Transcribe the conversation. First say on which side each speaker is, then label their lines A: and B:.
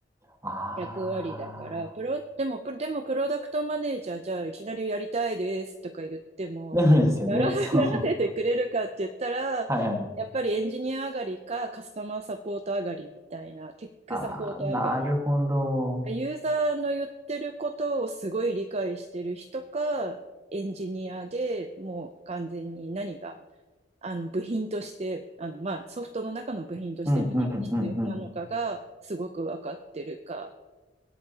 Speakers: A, on the right (about 15°); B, on the right (about 35°).
A: ああ。
B: 役割だから、プロ、でも、プロでもプロダクトマネージャー、じゃあいきなりやりたいですとか言っても、
A: でもですよね。
B: なら <laughs>、
A: そう。
B: ならせてくれるかって言ったら、
A: <laughs> はいはい。
B: やっぱりエンジニア上がりかカスタマーサポート上がりみたいな、テックサポート上がり
A: ああ、なるほど。
B: ユーザーの言ってることをすごい理解してる人か、エンジニアでもう完全に何が、あの部品として、あのまあソフトの中の部品として何が必要なのかがすごく分かってるか。
A: うんうんうんうん。